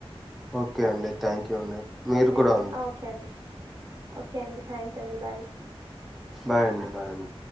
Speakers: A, in the centre; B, on the right.
A: ఓకే అండి థ్యాంక్ యూ అండి మీరు
B: ఓకే
A: కూడా
B: అండి. ఆ ఓకే అండి. ఓకే అండి థ్యాం క్స్ అండి బాయ్.
A: బాయ్ అండి. బాయ్అండి.